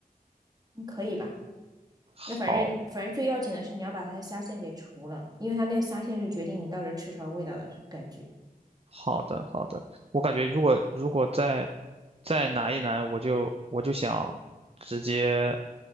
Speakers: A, on the right (about 25°); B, on the right (about 40°).
A: 嗯可以吧？
B: 好
A: 那反正反正最要紧的是你要把它的虾线给除了，因为它那个虾线是决定你到时候吃出来味道的感觉。
B: 好的好的，我感觉如果如果再再难一难，我就我就想直接